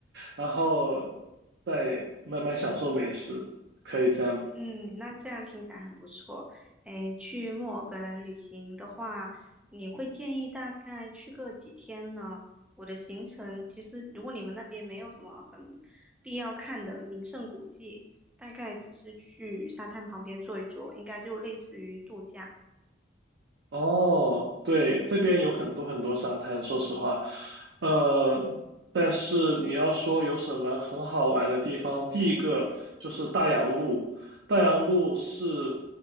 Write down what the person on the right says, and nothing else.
然后再慢慢享受美食，可以这样的。
哦，对，这边有很多很多沙滩，说实话，呃，但是你要说有什么很好玩的地方，第一个就是大洋路，大洋路是